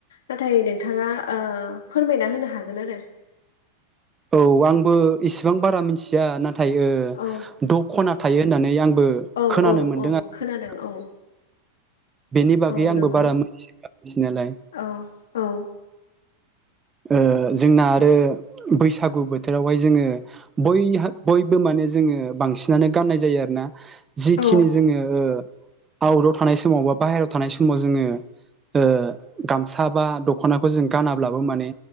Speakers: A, on the left; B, on the right.
A: नाथाय नोंथाङा ओ फोरमाय यना होनो हागोन आरो।
B: औ आंबो इसिबां बारा मिथिया नाथाय ओ
A: औ
B: द'खना थायो होननानै आं आंबो
A: औ
B: खोनानो
A: औ
B: मोनदों
A: औ
B: आरो।
A: खोनादों औ
B: बेनि बागै
A: औ
B: आंबो
A: नंगौ
B: बारा मिथियासै नालाय।
A: औ औ
B: ओ जोंना आरो बैसागु बोथोरावहाय जोङो बहा-बयबो माने जोङो बांसिनानो गाननाय जायो आरोना जिखिनि
A: औ
B: जोङो ओ आउटाव थानाय समाव बा बाहेरायाव थानाय समाव जोङो ओ गामसा बा दख'नाखौ जों गानाब्लाबो माने